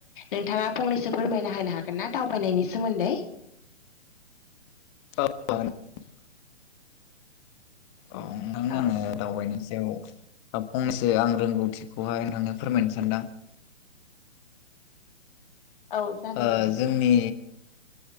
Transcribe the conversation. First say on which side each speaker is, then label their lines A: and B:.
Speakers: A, on the left (about 45°); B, on the left (about 25°).
A: नोंथाङा फंनैसो फोरमायना होनो हागोन ना। दावबायनायनि सोमोन्दै?
B: <inaudible> <inaudible> औ नोंथांनो
A: औ
B: आङो। दावबायनायनि सायाव दा फंनैसो आं रोंगौथिखौहाय नोंनो फोरमायनो सानदों।
A: औ जागोन
B: ओ
A: दे नोंथां
B: जोंनि